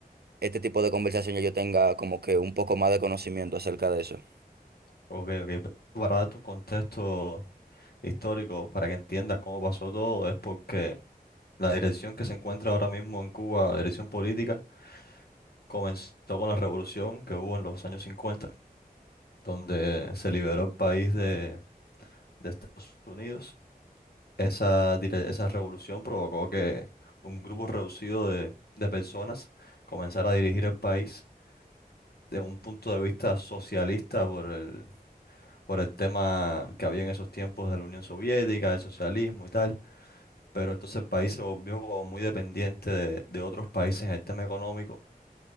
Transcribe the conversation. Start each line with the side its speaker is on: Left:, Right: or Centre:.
Right: este tipo de conversación, ya yo tenga como que un poco más de conocimiento acerca de eso.
Left: Ok, ok. Para darte un contexto histórico, para que entiendas cómo pasó todo, es porque La dirección que se encuentra ahora mismo en Cuba, la dirección política, comenzó con la revolución que hubo en los años 50, donde se liberó el país de, de Estados Unidos. Esa, dire- esa revolución provocó que un grupo reducido de, de personas comenzara a dirigir el país de un punto de vista socialista por el, por el tema que había en esos tiempos de la Unión Soviética, del socialismo y tal. Pero entonces el país se volvió como muy dependiente de, de otros países en el tema económico